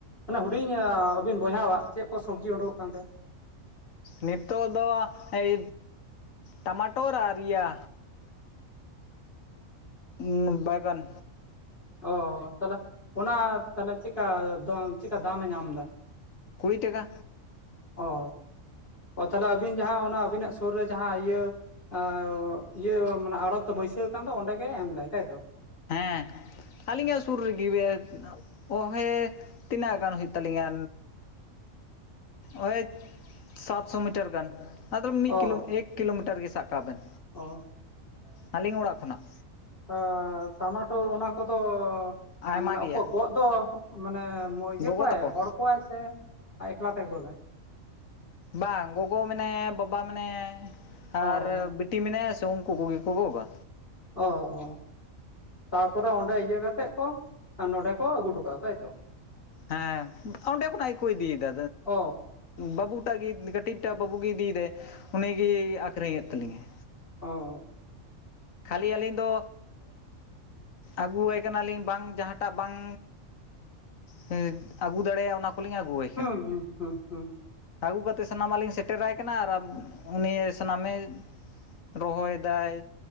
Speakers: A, on the left; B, on the left.
A: ᱢᱟᱱᱮ ᱦᱩᱰᱤᱧ ᱟᱹᱵᱤᱱ ᱵᱚᱭᱦᱟᱼᱟᱜ ᱪᱮᱫ ᱠᱚ ᱥᱚᱵᱽᱡᱤ ᱩᱰᱩᱠᱚᱜ ᱠᱟᱱ ᱛᱟᱭᱟ
B: ᱱᱤᱛᱚᱜ ᱫᱚ ᱮᱭ ᱴᱟᱢᱟᱴᱳᱚᱨ ᱟᱨ ᱤᱭᱟᱹ᱾
A: <inaudible>
B: ᱩᱸ ᱵᱟᱹᱭᱜᱟᱹᱱ
A: ᱚ ᱛᱟᱦᱞᱮ ᱚᱱᱟ ᱛᱟᱦᱞᱮ ᱪᱮᱫᱠᱟ ᱫᱟ ᱪᱮᱫᱠᱟ ᱫᱟᱢᱮ ᱧᱟᱢᱫᱟ᱾
B: ᱠᱩᱲᱤ ᱴᱟᱠᱟ᱾
A: ᱚ ᱚᱛᱟᱦᱞᱮ ᱟᱹᱵᱤᱱ ᱡᱟᱦᱟᱸ ᱚᱱᱟ ᱟᱹᱵᱤᱱᱟᱜ ᱥᱩᱨ ᱨᱮ ᱡᱟᱦᱟᱸ ᱤᱭᱟᱹ ᱟᱸ ᱤᱭᱟᱹ ᱢᱮ ᱟᱲᱚᱛ ᱫᱚ ᱵᱟᱹᱭᱥᱟᱹᱣ ᱠᱟᱱ ᱫᱚ ᱚᱸᱰᱮ ᱜᱮ ᱮᱢᱫᱟᱭ ᱛᱟᱭ ᱛᱚ?
B: ᱦᱮᱸ ᱟᱹᱞᱤᱧᱟᱜ ᱥᱩᱨ ᱨᱮᱜᱮ ᱚ ᱦᱮ ᱛᱤᱱᱟᱹᱜ ᱜᱟᱱ ᱦᱩᱭᱩᱜ ᱛᱟᱹᱟᱞᱤᱧᱟ ᱳᱼᱭ ᱥᱟᱛᱥᱚ ᱢᱤᱴᱟᱨ ᱜᱟᱱ᱾ ᱟᱫᱚ ᱢᱤᱫ
A: ᱚ
B: ᱠᱤᱞᱳ ᱮᱠ ᱠᱤᱞᱳᱢᱤᱴᱟᱨ ᱜᱮ ᱥᱟᱵ ᱠᱟᱜ ᱵᱮᱱ
A: ᱚ
B: ᱟᱹᱞᱤᱧᱟᱜ ᱚᱲᱟᱜ ᱠᱷᱚᱱᱟᱜ᱾
A: ᱮ ᱴᱟᱢᱟᱴᱳ ᱚᱱᱟ ᱠᱚᱫᱚ
B: ᱟᱭᱢᱟ
A: ᱢᱟᱱᱮ
B: ᱜᱮᱭᱟ
A: ᱚᱠᱚᱭ ᱜᱚᱜ ᱫᱚ ᱢᱟᱱᱮ ᱢᱩᱞᱤᱭᱟᱹ
B: ᱜᱚᱜᱚ
A: ᱠᱚᱣᱟᱭ
B: ᱛᱟᱠᱚ
A: ᱦᱚᱲ ᱠᱚᱣᱟᱭ ᱥᱮ ᱮᱠᱞᱟ ᱛᱮᱜᱮ ᱜᱚᱫᱟᱭ?
B: ᱵᱟᱝ ᱜᱚᱜᱚ ᱢᱮᱱᱟᱭᱟ, ᱵᱟᱵᱟ ᱢᱮᱱᱟᱭᱟ,
A: ᱚ
B: ᱟᱨ ᱵᱤ
A: ᱚ
B: ᱵᱤᱴᱤ ᱢᱮᱱᱟᱭᱟ ᱥᱮ ᱩᱱᱠᱩ ᱠᱚᱜᱮ ᱠᱚ ᱜᱚᱜᱼᱟ᱾
A: ᱚᱻ ᱚᱻ᱾ ᱛᱟᱨᱯᱚᱨᱮ ᱚᱸᱰᱮ ᱤᱭᱟᱹ ᱠᱟᱛᱮᱜ ᱠᱚ ᱱᱚᱰᱮ ᱠᱚ ᱟᱹᱜᱩ ᱦᱚᱴ ᱠᱟᱜᱼᱟ ᱛᱟᱭᱛᱚ?
B: ᱦᱮᱸ ᱚᱸᱰᱮ ᱠᱷᱚᱱᱟᱜ ᱜᱮᱠᱚ ᱤᱫᱤᱭᱮᱫᱟ᱾
A: ᱚ
B: ᱵᱟᱹᱵᱩᱴᱟᱜ ᱜᱤ ᱠᱟᱹᱴᱤᱡᱴᱟᱜ ᱵᱟᱹᱵᱩᱜᱮᱭ ᱤᱫᱤᱭᱮᱫᱟᱭ ᱩᱱᱤᱜᱮ ᱟᱠᱷᱨᱤᱧᱮᱫ ᱛᱟᱹᱞᱤᱧᱟᱭ᱾
A: ᱚᱸᱻ᱾
B: ᱠᱷᱟᱹᱞᱤ ᱟᱹᱞᱤᱧ ᱫᱚ ᱟᱹᱜᱩᱭᱟᱭ ᱠᱟᱱᱟᱞᱤᱧ ᱵᱟᱝ ᱡᱟᱦᱟᱸᱴᱟᱜ ᱵᱟᱝ ᱥᱮ ᱟᱹᱜᱩ ᱫᱟᱲᱮᱭᱟᱜᱼᱟ, ᱚᱱᱟ ᱠᱚ᱾ ᱠᱩᱞᱤᱝ ᱟᱹᱜᱩᱭᱟᱭᱟ᱾
A: ᱦᱩᱸᱻ ᱦᱩᱸᱻ ᱦᱩᱸᱻ ᱦᱩᱸᱻ᱾
B: ᱟᱹᱜᱩ ᱠᱟᱛᱮᱫ ᱥᱟᱱᱟᱢᱟᱜ ᱞᱤᱧ ᱥᱮᱴᱮᱨᱟᱭ ᱠᱟᱱᱟ, ᱟᱨ ᱩᱱᱤ ᱥᱟᱱᱟᱢᱮ ᱨᱚᱦᱚᱭᱮᱫᱟᱭ